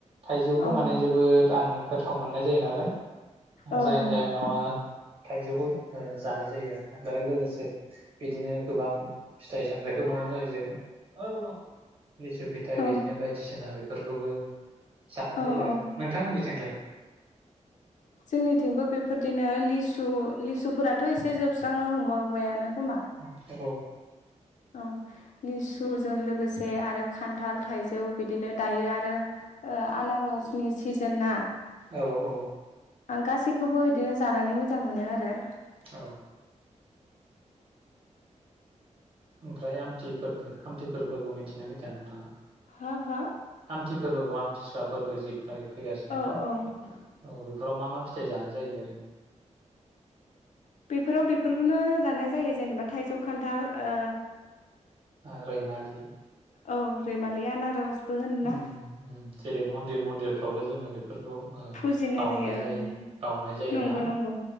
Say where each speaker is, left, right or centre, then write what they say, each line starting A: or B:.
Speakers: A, on the right (about 45°); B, on the left (about 75°).
A: थाइजौखौ
B: औ
A: माने जोबोद आं गोथाव मोननाय जायो नालाय
B: औ
A: जायनि
B: नंगौ
A: जाहोनाव आङो थाइजौखौ जानाय जायो आरो आरो लोगोसे बिदिनो गोबां फिथाय सामथायाइखौ नुआ जायो जेख ओ र लिसु फिथाइ
B: औ
A: बिदिनो बायदिसिना फोरखौबो जानाय
B: औ
A: जायो आरो
B: औ
A: नोंथांमोननिथिंलाय?
B: जोंनिथिंबो बे फोरदिनो लिसु लिसुफोरा थ' एसे जोबस्रांनो हमबावबायानो। खोमा
A: <unintelligible> अ
B: औ लिसुजों लोगोसे आरो खान्थाल थाइजौ बिदिनो दायो आरो ओ। आनारसनि सिजोन ना
A: औ औ
B: आं गासैखौबो बिदिनो जानानै मोजां मोनो आरो। द
A: औ
B: <unintelligible>
A: ओमफ्राय आमथि फोरबो आमथि फोरबोखौ मिथिना मिथिया नोंथाङा?
B: हो हो
A: आमथि फोरबोखौ आमथिसुवा फोरबो जि फैगासिनो
B: औ
A: ना
B: औ
A: औ। बेफोराव मा मा फिथाइ जानाय जायो ओरैनो
B: बेफोराव बेफोरखौनो जानाय जायो जेनेबा थाइजौ खान्थाल ओ
A: ओ रैमालि-
B: औ रैमालि आनारस बो होनोना
A: उम उम जेरै मन्दिर मन्दिरफ्रावबो जोङो बेफोरखौ
B: फुजिनाय
A: बावनाय जायो
B: ओं
A: बावनाय जायोना
B: नंगौ नंगौ